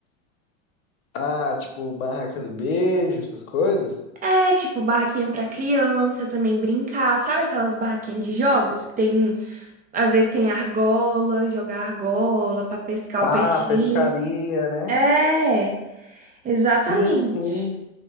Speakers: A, on the left; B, on the right.
A: ah, tipo, barraca do beijo, essas coisas.
B: É, tipo, barraquinha pra criança também brincar. Sabe aquelas barraquinhas de jogos que tem, às vezes tem argola, jogar argola pra pescar
A: Ah,
B: o peixinho?
A: pescaria, né?
B: É, exatamente.
A: Sim, sim.